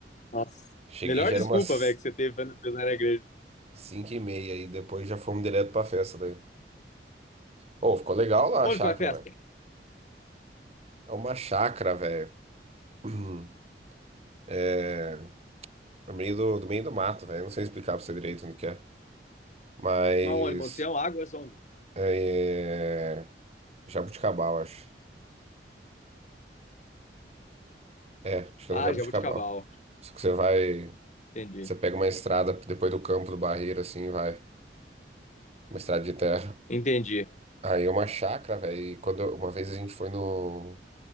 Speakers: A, on the left; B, on the right.
A: Nossa.
B: Cheguei,
A: Melhor
B: já
A: desculpa,
B: era umas
A: velho, que você teve pra não ir na igreja.
B: cinco e meia, e depois já fomos direto pra festa daí. Ô, ficou legal lá a
A: Onde
B: chácara,
A: foi a festa?
B: velho. É uma chácara, velho. <clears throat> É. No meio do, do meio do mato, velho. Não sei explicar pra você direito onde que é. Mas.
A: Mas onde? Monte Sião, Águas, onde?
B: É... Jabuticabal, acho. É, acho que é
A: Ah,
B: no Jabuticabal.
A: Jabuticabal.
B: Só que você vai.
A: Entendi.
B: Você pega uma estrada depois do campo do Barreiro, assim, vai. Uma estrada de terra.
A: Entendi.
B: Aí é uma chácara, velho. E quando eu- uma vez a gente foi no